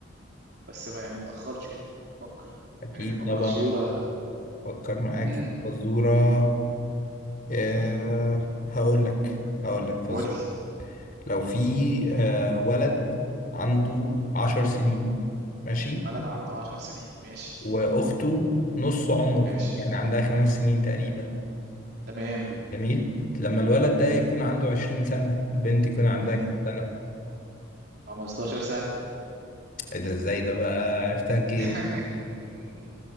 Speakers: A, on the right (about 55°); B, on the left (about 45°).
A: بس بقى يعني ما تاخرش كده فكر
B: اكيد
A: حاجه تبقى
B: طبعا
A: فزوره
B: فكر معاك
A: امم
B: في فزورة أه هقول لك هقول لك فزورة
A: قول لي
B: لو في أه ولد عنده عشر سنين ماشي
A: بلد عنده 10 سنين ماشي
B: واخته نص عمره
A: ماشي
B: يعني عندها خمس سنين تقريبا
A: تمام
B: جميل لما الولد ده يكون عنده عشرين سنة البنت يكون عندها
A: تمام
B: كام سنة
A: 15 سنه
B: ايه ده ازاي ده بقى عرفتها جه
A: <laughs>